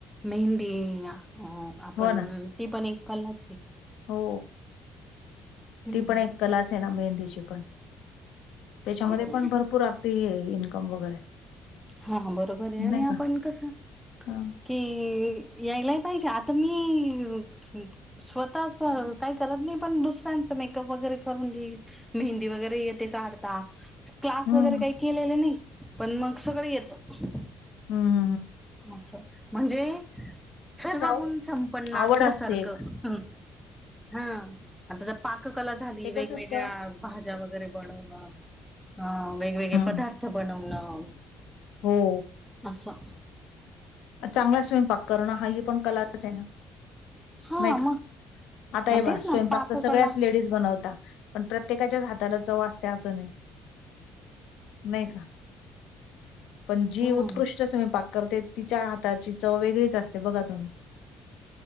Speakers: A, in the centre; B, on the left.
A: मेहंदी अं.. आपण
B: हो ना
A: ती पण एक कलाच ए
B: हो
A: हम्
B: ती पण
A: ह्
B: एक कलाच आहे ना मेहंदीची पण त्याच्यामध्ये
A: बरोबर
B: पण भरपूर आ ते इन्कम वगैरे
A: हा हा बरोबर आहे आणि
B: नाही
A: आपण
B: का
A: कसं
B: हं.
A: कि यायलाय पाहिजे आता मी स्वतःच काही करत नाही पण दुसऱ्यांचं मेकअप वगैरे करून देईल मेहंदी वगैरे येतेे काढता क्लास
B: हं,
A: वगैरे
B: हं,
A: काही केलेले नाही पण मग सगळं येतं
B: हम्
A: असं म्हणजे सर्वगुण
B: असतं अहो,
A: संपन्न असल्यासारखं
B: आवड असते एक
A: हम् हं आता पा क कला झाली
B: ते कसं
A: वेगवेगळ्या
B: असतं
A: भाज्या वगैरे बनवणं ह वेगवेगळे
B: हं.
A: पदार्थ बनवणं
B: हो
A: असं
B: चांगला स्वयंपाक करणं हा ही पण कलाच ए ना
A: हा
B: नाही का?
A: मग..
B: आता
A: मग
B: हे पहा
A: तेच
B: स्वयंपाक
A: ना पाककला
B: तर <unintelligible> बनवता पण प्रत्येकाच्या हाताला चव असते असं नाही नाही का.. पण जी
A: हम्म
B: उत्कृष्ट स्वयंपाक करते तिच्या हाताची चव वेगळीच असते बघा तुम्ही..